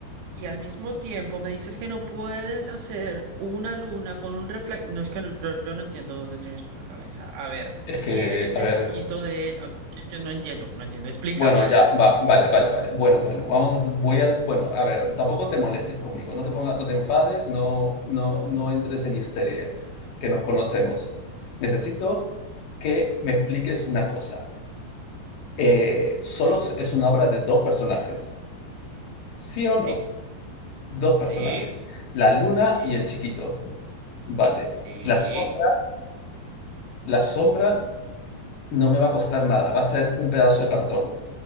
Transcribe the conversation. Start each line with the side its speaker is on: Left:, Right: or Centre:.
Right: Y al mismo tiempo me dices que no puedes hacer una luna con un reflector. No es que no- yo, yo no entiendo dónde tienes tú la cabeza. A ver,
Left: Es que,
Right: ¿quién es
Left: a
Right: el
Left: ver,
Right: chiquito de... ah, Que, que no entiendo, no entiendo. Explícame,
Left: Bueno,
Right: a
Left: ya,
Right: ver.
Left: va, vale, vale, vale. Bueno, bueno, vamos a, voy a, bueno, a ver, tampoco te molestes conmigo, no te pongas, no te enfades, no, no, no entres en histeria, que nos conocemos. Necesito que me expliques una cosa. Eh, solo es una obra de dos personajes, ¿sí o
Right: Sí,
Left: no? Dos
Right: sí,
Left: personajes, la luna
Right: sí,
Left: y el chiquito. Vale.
Right: sí.
Left: La, so- la sombra no me va a costar nada, va a ser un pedazo de cartón,